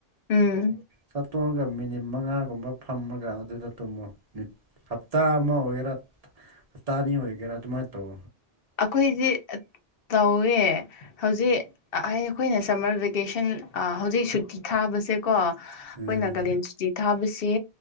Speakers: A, on the left (about 65°); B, on the right (about 40°).
A: ꯎꯝ
B: ꯆꯥꯠꯇꯣꯡꯉꯒ ꯑꯗꯨꯒ ꯃꯤꯅꯤꯠ ꯃꯉꯥꯒꯨꯝꯕ ꯐꯝꯃꯒ ꯑꯗꯨꯗ ꯇꯨꯝꯃꯨ ꯍꯞꯇꯥ ꯑꯃ ꯑꯣꯏꯒꯦꯔꯥ ꯇꯥꯅꯤ ꯑꯣꯏꯒꯦꯔ ꯑꯗꯨꯃꯥꯏꯠꯇꯧ
A: ꯑꯩꯈꯣꯏꯁꯦ ꯇꯧꯋꯦ ꯍꯧꯖꯤꯛ ꯑꯩꯈꯣꯏꯅ ꯁꯝꯃꯔ ꯚꯦꯀꯦꯁꯟ ꯍꯧꯖꯤꯛ ꯁꯨꯇꯤ ꯊꯥꯕꯁꯦꯀꯣ ꯑꯩꯈꯣꯏ
B: ꯎꯝ
A: ꯅꯥꯒꯥꯂꯦꯟ ꯁꯨꯇꯤ ꯊꯥꯕꯁꯦ